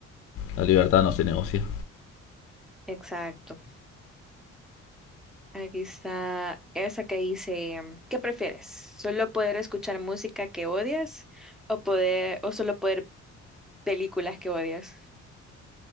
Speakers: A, on the left (about 50°); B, in the centre.
A: La libertad no se negocia.
B: Exacto. Aquí está esa que dice, ¿qué prefieres? ¿Solo poder escuchar música que odias o poder, o solo poder películas que odias?